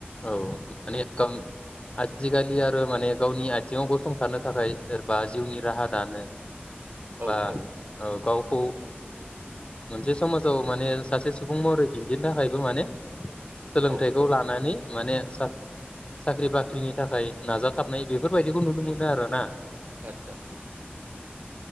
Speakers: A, on the left (about 30°); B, on the right (about 55°).
A: औ मानि आजिखालि आरो माने गावनि आथिङाव गसंथानो थाखाय सोरबा जिउनि राहा दानो
B: औ
A: बा
B: औ
A: गाव खौ मोनसे समाजाव माने सासे सुबुं महरै दिन्थिनो थाखायबो माने सोलोंथाइखौ
B: औ औ
A: लानानै माने साख्रि बाख्रिनि थाखाय नाजाथाबनाय बेफोरबायदिखौ नुनो मोनो आरो ना
B: आतसा